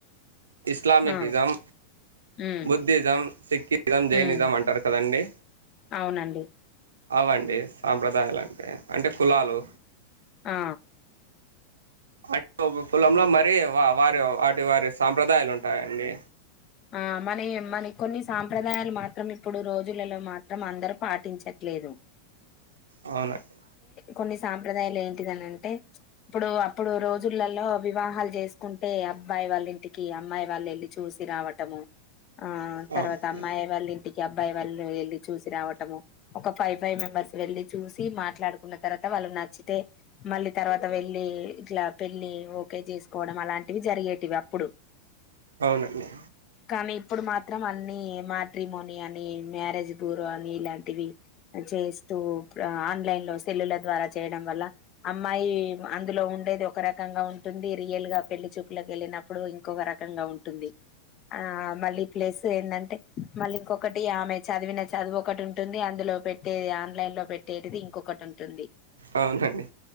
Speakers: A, on the right; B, on the left.
A: ఇస్లామికి
B: ఆ
A: ఇజం
B: ఉమ్,
A: బుద్ధిజం సిఖిజం జైనిజం
B: ఉమ్,
A: అంటారు కదండి
B: అవునండి
A: అవండి సాంప్రదాయాలు అంటే అంటే కులాలు
B: ఆ
A: అంటే ఒకో కులంలో మరీ వారి వాటి వారి సాంప్రదాయాలు ఉంటాయండి
B: ఆ మనయి మన కొన్ని సాంప్రదాయాలు మాత్రం ఇప్పుడు రోజులలో మాత్రం అందరుూ పాటించచ్చు లే లేదు
A: అవునండి
B: కొన్ని సాంప్రదాయాలు ఏంటిదని అంటే ఇప్పుడు అప్పుడు రోజులలో వివాహాలు చేసుకుంటే అబ్బాయి వాళ్ళింటికి అమ్మాయి వాళ్ళు వెళ్ళి చూసి రావటము ఆ తర్వాత
A: అవునండి
B: అమ్మాయి వాళ్ళ ఇంటికి అబ్ అబ్బా వాళ్ళు వెళ్ళి చూసి రావటము ఒక ఫైవ్ ఫైవ్ మెంబర్స్ వెళ్ళి చూసి మాట్లాడుకున్న తర్వాత వాళ్ళు నచ్చితే మళ్ళీ తర్వాత వెళ్ళలి ఇట్లా పెళ్ళి ఓకే చేసుకోవడం అలాంటివి జరిగేటివి అప్పుడు
A: అవునండి
B: కానీ ఇప్పుడు మాత్రం అన్ని మ్యాట్రిమోనీ అని మ్యారేజ్ గురో అని ఇలాంటివి జన్ చేస్తూ ఆ ఆన్లైన్ లో సెల్లుల ద్వారా చేయడం వల్ల అమ్మాయి అందులో ఉండేది ఒక ఒక రకంగా ఉంటుంది రియల్ గా పెళ్లి చూపులకి వెళ్ళినప్పుడు ఇంకొక రకంగా ఉంటుంది ఆ మళ్ళీ ప్లేస్ ఏంటంటే మళ్ళీ ఇంకొకటి ఆమె చదివిన చదువు ఒకటి ఉంటుంది అందులో పెట్టే ఆన్లైన్ లో పెట్టేది ఇంకో ఒకటి ఉంటుంది
A: అవునండి